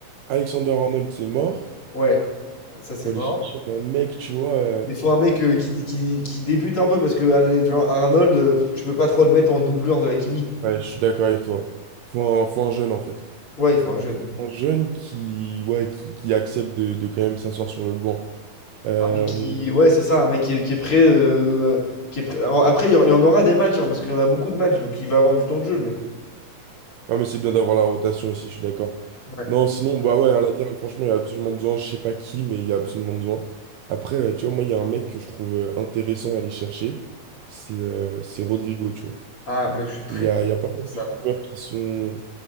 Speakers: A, on the right; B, on the left.
A: Alexander Arnold, c'est mort.
B: Ouais, Ah, ça c'est
A: Faut
B: mort.
A: aller chercher un mec, tu vois. euh,
B: Il faut un mec euh, qui, qui, qui débute un peu parce que Arne- genre Arnold, euh, tu peux pas trop le mettre en doublure de Hakimi.
A: Ouais, je suis d'accord avec toi. Faut un, faut un jeune, en fait.
B: Ouais, il faut un jeune.
A: Un jeune qui, ouais, qui, qui accepte de, de quand même s'asseoir sur le banc. Euh...
B: Un mec qui, ouais, c'est ça, un mec qui est, qui est prêt, euh, qui est prêt- en- Après, il y, en il y en aura des matchs hein, parce qu'il y en a beaucoup de matchs, donc il va avoir du temps de jeu, le mec.
A: Non, mais c'est bien d'avoir la rotation aussi, je suis d'accord.
B: Ouais.
A: Non, sinon, bah ouais, un latéral, franchement, il y a absolument besoin. Je sais pas qui, mais il y a absolument besoin. Après, euh, tu vois, moi, il y a un mec que je trouve euh, intéressant à aller chercher. C'est euh, c'est Rodrigo, tu vois.
B: Ah, mais je suis très
A: Il y
B: content
A: a,
B: que
A: il y a pas
B: tu
A: mal
B: me dises ça.
A: de rumeurs qui sont,